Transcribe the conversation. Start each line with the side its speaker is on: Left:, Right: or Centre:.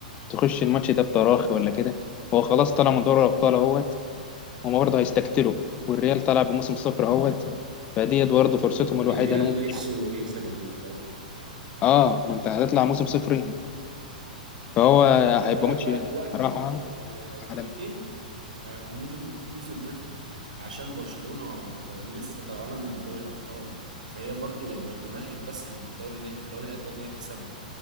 Left: تخش الماتش ده بتراخي ولا كده هو خلاص طلع من دوري الابطال اهوت هما برضه هيستقتلوا والريال طلع بموسم صفر اهوت فديت برضه فرصتهم الوحيده
Right: الريال
Left: انا ممكن
Right: نفسه يكسب الدوري
Left: اه ما انت هتطلع موسم صفر فهو
Right: ما هو خد
Left: هيبقى
Right: بالك
Left: ماتش
Right: بقى دلوقتي
Left: صراحه
Right: بقوا ال- ال- الفرقتين
Left: عالمي
Right: آه، موسم موسم صفري عشان برشلونة ت- لسه طالعانة من الدوري الأبطال فهي برضو ما قدامهاش غير بس الدوري النا- الدوري الأسباني إن هي تكسبه